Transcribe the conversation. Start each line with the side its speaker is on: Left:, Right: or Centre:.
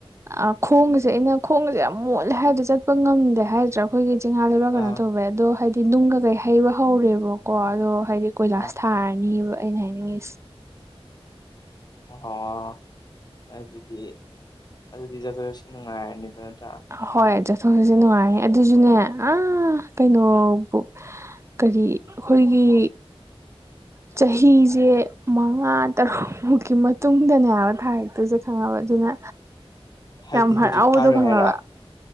Right: ꯑ ꯈꯣꯡꯁꯦ ꯑꯩꯅ ꯈꯣꯡꯁꯦ ꯌꯥꯝ ꯃꯣꯠ ꯍꯥꯏꯗꯤ ꯆꯠꯄ ꯉꯝꯗꯦ ꯍꯥꯏꯗ꯭ꯔꯥ ꯑꯩꯈꯣꯏꯒꯤ ꯆꯤꯡꯍꯥ ꯂꯩꯕꯥꯛ
Left: ꯑꯥ
Right: ꯀꯩꯅꯣ ꯇꯧꯕꯋꯦ ꯑꯗꯣ ꯍꯥꯏꯗꯤ ꯁꯤ ꯅꯨꯡꯒ ꯀꯩ ꯍꯩꯕ ꯍꯧꯔꯦꯕꯀꯣ ꯑꯗꯣ ꯍꯥꯏꯗꯤ ꯀꯣꯏꯂꯥꯁ
Left: ꯑꯥ
Right: ꯊꯥꯔꯅꯤꯕ ꯑꯩꯅ ꯍꯥꯏꯅꯤꯡꯉ
Left: ꯑꯣꯍꯣꯏ ꯑꯗꯨꯗꯤ ꯑꯗꯨꯗꯤ ꯆꯖꯠꯄꯗꯁꯨꯨꯝ ꯅꯨꯡꯉꯥꯏꯔꯅꯤꯕ ꯅꯠꯇ꯭ꯔꯥ
Right: ꯍꯣꯏ ꯆꯠꯊꯣꯛ ꯆꯠꯁꯤ ꯅꯨꯡꯉꯥꯏ ꯑꯗꯨꯁꯨꯅꯦ ꯑ ꯀꯩꯅꯣꯕꯨ ꯀꯔꯤ ꯑꯩꯈꯣꯏꯒꯤ ꯆꯍꯤꯁꯦ ꯃꯉꯥ ꯇꯔꯨꯛꯃꯨꯛꯀꯤ ꯃꯇꯨꯡꯗꯅꯦ ꯍꯥꯏꯕ ꯊꯥꯔꯛꯇꯨ ꯆꯀ ꯁꯪꯉꯕ ꯑꯗꯨꯅ
Left: <inaudible>
Right: ꯌꯥꯝ
Left: ꯍꯧꯖꯤꯛ
Right: ꯍꯔꯥꯎꯕꯗꯣ
Left: ꯊꯥꯔꯣꯏ
Right: ꯈꯪꯉꯕ
Left: ꯍꯥꯏꯔꯥ